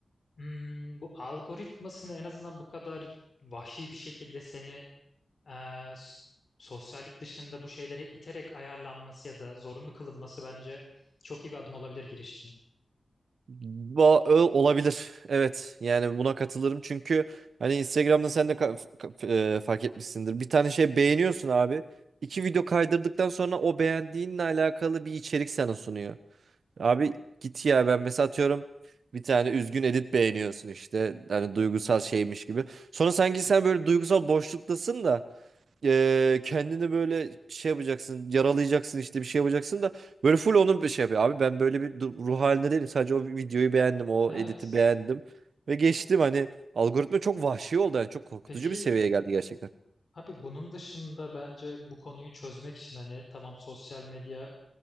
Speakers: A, on the left; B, on the right.
A: hmm, bu algoritmasını en azından bu kadar vahşi bir şekilde seni eee, s- sosyallik dışında bu şeylere iterek ayarlanması ya da zorunlu kılınması bence çok iyi bir adım olabilir giriş için.
B: Ba- ö- olabilir. Evet. Yani buna katılırım. Çünkü hani Instagram'da sen de ka- ka- e, fark etmişsindir. Bir tane şey beğeniyorsun abi. İki video kaydırdıktan sonra o beğendiğinle alakalı bir içerik sana sunuyor. Abi git ya ben mesela atıyorum bir tane üzgün edit beğeniyorsun işte hani duygusal şeymiş gibi. Sonra sanki sen böyle duygusal boşluktasın da eee, kendini böyle şey yapacaksın yaralayacaksın işte bir şey yapacaksın da böyle full onun bir şey yapıyor. Abi ben böyle bir du- ruh halinde değilim sadece o videoyu beğendim o
A: Evet.
B: editi beğendim ve geçtim hani algoritma çok vahşi oldu yani çok korkutucu
A: Peki
B: bir seviyeye geldi gerçekten.
A: abi bunun dışında bence bu konuyu çözmek için hani tamam sosyal medya